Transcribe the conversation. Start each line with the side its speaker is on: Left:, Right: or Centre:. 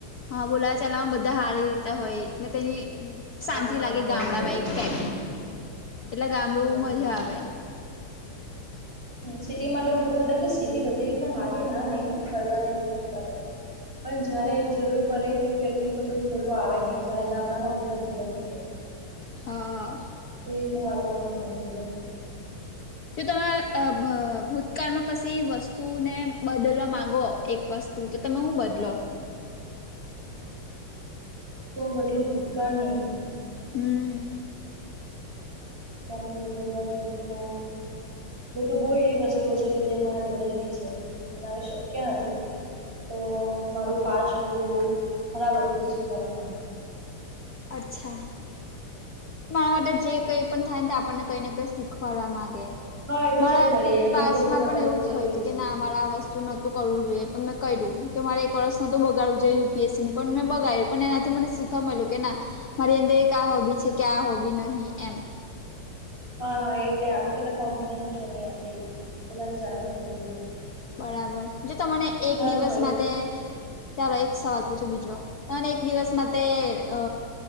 Left: હા બોલા ચાલ બધા હારી લેતા હોય ને તેની શાંતિ
Right: ગામમાં
Left: લાગે
Right: ભાવ
Left: ગામડામાં
Right: મળે બધું.
Left: એક ટાઈપ નું એટલે ગામડું
Right: હા
Left: મજા
Right: હા
Left: આવે.
Right: સિટી માટે બધું સિટી બધી રી હા એ ના નહી ફરવા બધાની બાબ પણ જયારે જરૂર પડે કોઈ વ્યક્તિને તો કોઈ પેલો આવે નહી જયારે ગામડામાં બધા ભેગા થઈ જાય.
Left: હા.
Right: કે રીતનું વાતાવરણ વય છે બધમ
Left: જો તમે અભ ભૂતકાળમાં. કશી વસ્તુને બદલવા માગો એક વસ્તુ તો તમે હું બદલો.
Right: શું બદલું ભૂતકા નહી.
Left: હમ.
Right: તણી બદલવા જો તો મેં. બધું બહુ એવી વસ્તુઓ છે કે જે મારે બદલવી છે પણ હ શક્ય નથી. તો મારું પાસ્ટ બધું બહુ ખરાબ હતું તે સુધાર.
Left: અચ્છા.
Right: હા
Left: મારા માટે જે કઈ પણ થાય ને આપણને કઈને કઈ શીખવાડવા માંગે.
Right: હા એ તો
Left: મારા
Right: છે જ વળી અનુભવ
Left: પાસ્ટમાં
Right: તો મતલબ
Left: પણ એવું
Right: કે જરૂરી
Left: થયું હતું
Right: છે.
Left: કે ના મારે આ વસ્તુ નતું કરવું જોઈએ પણ મેં કયરુ કે મારે એક વરસ નતુ બગાડવું જોઈએ યુપીએસસીનું પણ મેં બગાડ્યું પણ એનાથી મને શીખ વા મયલુ કે ના મારી અંદર એક આ હોબી છે કે આ હોબી નહી એમ.
Right: હા હા એટલે આપ કેટલા કોન્ફિડન્સ છે નહી એનાથી જાણવા મળ જો.
Left: બરાબર જો તે મને એક દિવસ
Right: જ હોય
Left: માટે ચાલો એક સવાલ પૂછો બીજો તને એક દિવસમાં તે અ